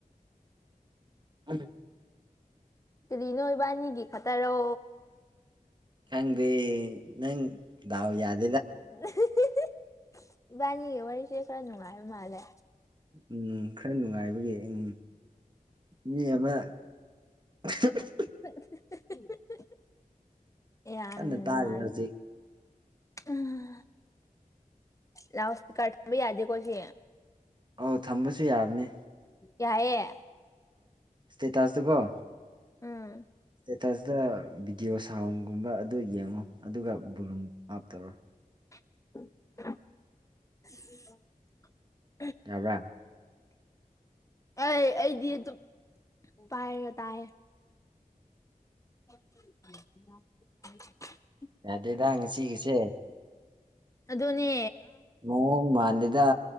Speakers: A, on the right (about 30°); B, on the left (about 20°).
A: ꯑꯝ
B: ꯀꯔꯤꯅꯣ ꯏꯕꯥꯟꯅꯤꯒꯤ ꯈꯇꯔꯣ
A: ꯈꯪꯗꯦ ꯅꯪ ꯗꯥꯎ ꯌꯥꯗ
B: ꯑ ꯍ ꯍ ꯍ ꯏꯕꯥꯅꯤꯒꯤ ꯋꯥꯔꯤꯁꯦ ꯈꯔ ꯅꯨꯡꯉꯥꯏꯕ ꯃꯥꯜꯂꯦ
A: ꯎꯝ ꯈꯔ ꯅꯨꯡꯉꯥꯏꯕꯒꯤ ꯎꯝ ꯃꯤ ꯑꯃ ꯑꯍ ꯍ
B: ꯍ ꯍ ꯍ ꯍ ꯌꯥꯝꯅ
A: ꯀꯟꯅ
B: ꯅꯨꯡꯉꯥꯏꯔꯣꯏ
A: ꯇꯥꯔꯤ ꯍꯧꯖꯤꯛ
B: ꯑꯥ ꯂꯥꯎꯠꯁ꯭ꯄꯤꯀꯔ ꯊꯝꯕ ꯌꯥꯗꯦꯀꯣ ꯑꯁꯤ
A: ꯑꯧ ꯊꯝꯕꯁꯨ ꯌꯥꯕꯅꯤ
B: ꯌꯥꯌꯦ
A: ꯁ꯭ꯇꯦꯇꯁꯇꯣꯀꯣ
B: ꯎꯝ
A: ꯁ꯭ꯇꯦꯇꯁꯇ ꯚꯤꯗꯤꯑꯣ ꯁꯥꯎꯟꯒꯨꯝꯕ ꯑꯗꯨ ꯌꯦꯡꯉꯣ ꯑꯗꯨꯒ ꯕꯣꯂꯨꯝ ꯑꯥꯞ ꯇꯧꯔꯣ
B: <inaudible>
A: ꯌꯥꯕ꯭ꯔ
B: ꯑꯩ ꯑꯩꯗꯤ ꯑꯗꯨꯝ ꯄꯥꯏꯔꯒ ꯇꯥꯏꯌꯦ <inaudible>
A: ꯌꯥꯗꯦꯗꯥ ꯉꯁꯤꯒꯤꯁꯦ
B: ꯑꯗꯨꯅꯦ
A: ꯃꯑꯣꯡ ꯃꯥꯜꯂꯦꯗ